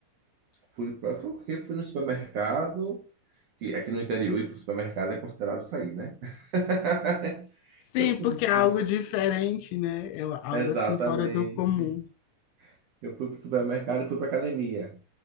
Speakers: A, on the right; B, on the left.
A: fui para foi o quê? Fui no supermercado, que aqui no interior ir para o supermercado é considerado sair, né? <laughs>
B: Sim,
A: Eu fui
B: porque
A: no supermercado.
B: é algo diferente, né? É algo
A: Exatamente.
B: assim fora do comum.
A: Eu fui pro supermercado e fui pra academia.